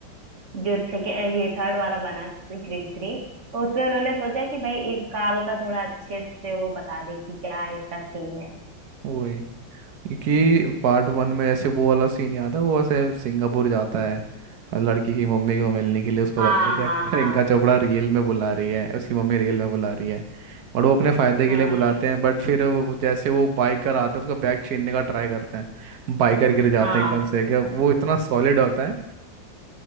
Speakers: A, on the right (about 40°); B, on the right (about 65°).
A: जो सेके- ये थर्ड वाला बना क्रिस थ्री तो उसमें उन्होंने सोचा कि भाई इस काल का थोड़ा अच्छे से वो बता दे कि क्या इसका सीन है
B: वही क्योंकि पार्ट वन में जैसे वो वाला सीन याद है वो ऐसे सिंगापुर जाता है और लड़की की मम्मी को मिलने के लिए उसको
A: हाँ
B: लगता है कि यार
A: हाँ हाँ
B: प्रियंका चोपड़ा रियल में बुला रही है उसकी मम्मी रियल में बुला रही है बट वो अपने फायदे
A: हाँ
B: के लिए बुलाते हैं बट फिर वो- जैसे वो बाइकर आता है उसका बैग छीनने का ट्राई करते हैं बाइकर गिर जाते
A: हाँ
B: हैं एकदम से क्या वो इतना सॉलिड होता है